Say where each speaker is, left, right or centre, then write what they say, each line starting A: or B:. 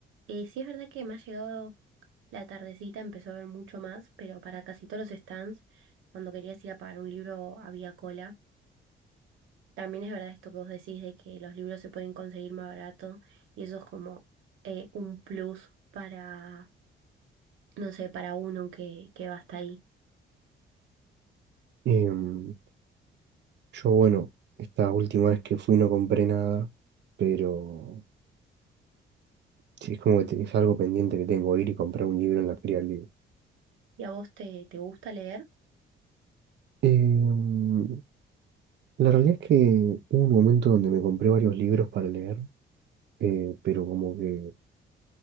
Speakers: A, on the right (about 80°); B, on the right (about 60°).
A: Eh, sí es verdad que me ha llegado la tardecita, empezó a haber mucho más, pero para casi todos los stands, cuando querías ir a pagar un libro había cola. También es verdad esto que vos decís de que los libros se pueden conseguir más barato y eso es como eh, un plus para, no sé, para uno que, que va hasta ahí.
B: Em, yo, bueno, esta última vez que fui no compré nada, pero sí, es como que te- es algo pendiente que tengo, ir y comprar un libro en la Feria del Libro.
A: ¿Y a vos te, te gusta leer?
B: Em, La realidad es que hubo un momento donde me compré varios libros para leer, eh, pero como que